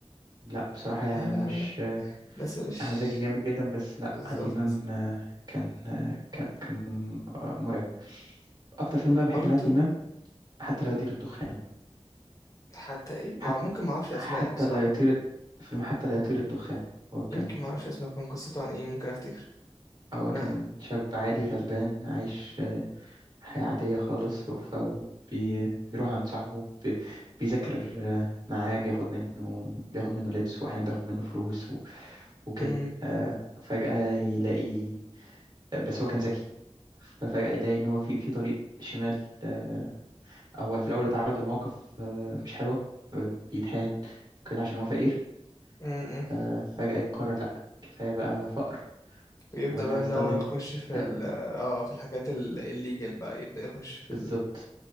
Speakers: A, on the right; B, on the left.
A: لا بصراحه يعني
B: لا
A: أنا
B: لا
A: مش
B: لا لا
A: آه،
B: ناس مش
A: احمد زكي جامد جدا بس لا
B: بالظبط
A: عادل امام آه، كان آه، كان كان آه، مرعب اكتر فيلم بقى بحبه
B: برضو
A: لعادل امام حتى لا يطير الدخان
B: حتى ايه مع
A: حتى
B: ممكن ما اعرفش اسماء
A: حتى
B: بصراحه
A: لا يطير فيلم حتى لا يطير الدخان هو كان
B: يمكن ما اعرفش اسمه كان قصته عن ايه ممكن افتكر
A: هو
B: انا
A: كان شاب عادي غلبان عايش حياة عادية خالص فبيروح عند صاحبه بي- بيذاكر آه، معاه بياخد منه بياخد منه لبس وأحيانا بياخد منه فلوس و- وكده
B: امم
A: آه، فجأة يلاقي بس هو كان ذكي ففجأة يلاقي إن هو في في طريق شمال آه، هو في الأول اتعرض لمواقف آه، مش حلوة آه، بيتهان كده عشان هو فقير
B: امم
A: آه، فجأة يقرر لأ كفاية بقى فقر
B: ويبدا
A: وأنا
B: بقى ان
A: أستخدم
B: هو يخش في
A: آه،
B: ال اه في الحاجات ال- الليجل بقى يبدا يخش في
A: بالظبط